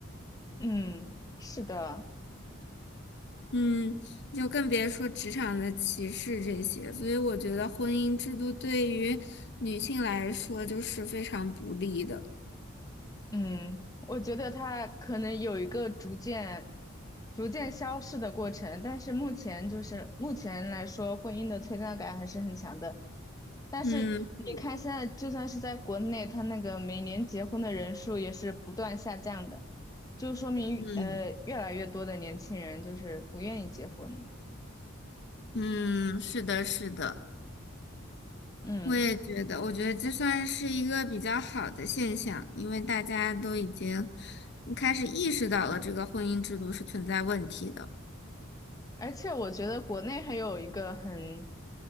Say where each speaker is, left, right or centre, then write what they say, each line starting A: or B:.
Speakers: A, on the left; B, on the left.
A: 嗯，是的。
B: 嗯，就更别说职场的歧视这些，所以我觉得婚姻制度对于女性来说就是非常不利的。
A: 嗯，我觉得它可能有一个逐渐、逐渐消逝的过程，但是目前就是目前来说，婚姻的存在感还是很强的。但是你看，
B: 嗯，是
A: 现在就算是在国内，它那个每年结婚的人数也是不断下降的，就说明呃越来越多的年轻人就是不愿意结婚。
B: 嗯嗯，是的，是的，
A: 嗯。
B: 我也觉得，我觉得这算是一个比较好的现象，因为大家都已经开始意识到了这个婚姻制度是存在问题的。
A: 而且我觉得国内还有一个很